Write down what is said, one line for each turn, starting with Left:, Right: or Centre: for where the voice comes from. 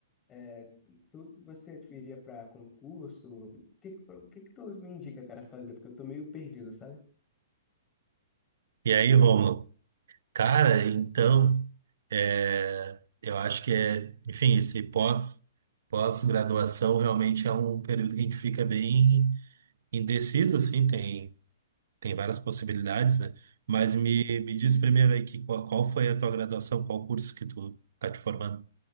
Left: É, tu, você tipo, iria pra concurso? O que, o que que tu me indica, cara, fazer? Porque eu tô meio perdido, sabe?
Right: E aí, Rômulo? Cara, então, é, eu acho que é, enfim, esse pós, pós-graduação realmente é um período que a gente fica bem indeciso, assim, tem, tem várias possibilidades, né? Mas
Left: Hum.
Right: me, me diz primeiro aí que, qual, qual foi a tua graduação, qual curso que tu tá te formando?